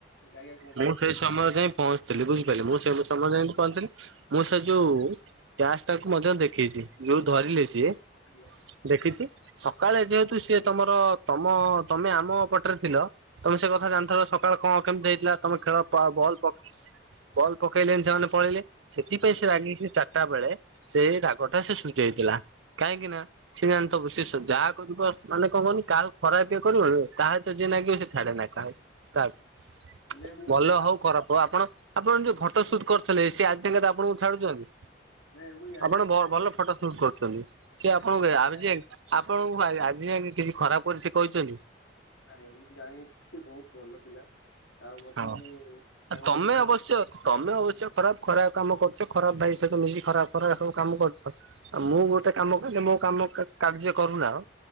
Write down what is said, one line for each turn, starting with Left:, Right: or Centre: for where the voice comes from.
Left: ଯାଇ ଆଉ କ
Right: ମୁଁ ସେଇ ସମୟରେ ଯାଇ ପହଞ୍ଚିଥିଲି ବୁଝିପାଇଲେ, ମୁଁ ସେ ସମୟରେ ଯାଇ ପହଞ୍ଚିଲି ମୁଁ
Left: ହଁ
Right: ସେ ଯୋଉ କ୍ୟାଚ ଟାକୁ ମଧ୍ୟ ଦେଖିଚି, ଯୋଉ ଧରିଲେ ସିଏ
Left: ଗ୍ୟାସ୍
Right: ଦେଖିଚି ସକାଳେ ଯେହେତୁ ସିଏ ତମର ତମ ତମେ ଆମ ପଟେରେ ଥିଲ। ତମେ ସେ କଥା ଜାଣିଥେଲ ସକାଳେ କଣ କେମତି ହେଇଥିଲା ତମେ ଖେଳ ପା
Left: ଆଜ୍ଞା
Right: ବଲ ପ ବଲ୍ ପକେଇଲେନି ସେମାନେ ପଳେଇଲେ ସେଥିପାଇଁ
Left: ହୁଁ
Right: ସେ ରାଗି କି ଚା ରଟା ବେଳେ ସେଇ ରାଗଟା ସେ ସୁଜେଇଥିଲା। କାହିଁକି ନା ସିଏ ଜାଣି ଥବୁ ସିଏ ସେ ଯାହା କରିବ ସ ମାନେ କଁ କହନୁ କାହାକୁ ଖରାପ ଇଏ କରିବନି ତା ସହିତ ଯିଏ ନାଗିବ ସେ ଛାଡେ ନା କାହାକୁ। କାହାକୁ
Left: ନାଇଁ ମୁଁ
Right: ଭଲ
Left: ସେ ଆ
Right: ହଉ ଖରାପ ହଉ ଆପଣ ଆପଣ ଯୋଉ ଫଟୋ ସୁଟ୍ କରି ରୁଥିଲେ ସେ ଆଜି ଯାଙ୍କେ ଆପଣଙ୍କୁ ଛାଡୁଚନ୍ତି।
Left: ନାଇଁ ମୁଁ ଜାଣିଛି
Right: ଆପଣ ବ
Left: ସେ
Right: ଭଲ ଫଟୋ ସୁଟ କରୁଚନ୍ତି ସିଏ
Left: ଆଜ୍ଞା
Right: ଆପଣଙ୍କୁ
Left: ମୁଁ
Right: ଏ ଆର
Left: ଜାଣି
Right: ଯିଏ ଆ ଆପଣଙ୍କୁ ଆ ଆ ଆଜି ଯାଙ୍କେ କିଛି ଖରାପ କରି ସେ କହିଚନ୍ତି?
Left: ନାଇଁ ମୁଁ ଜାଣିଅଛି ସେ ବହୁତ ଭଲ ପିଲା ଆଉ ମଧ୍ୟ
Right: ହଁ।
Left: ମୁଁ ତାଙ୍କ
Right: ତମେ
Left: ବିଷୟରେ ବହୁତ
Right: ଅବଶ୍ୟ
Left: କି
Right: ତମେ ଅବଶ୍ୟ ଖରାପ ଖରାପ କାମ କରୁଚ ଖରାପ ଭାଇ ସହିତ ମିଶି ଖରାପ ଖରାପ ଏରା ସବୁ କାମ କରୁଚ। ଆଉ ମୁଁ ଗୋଟେ କାମ କଲେ ମୋ କାମ କା କାର୍ଯ୍ୟ କରୁନାହଁ।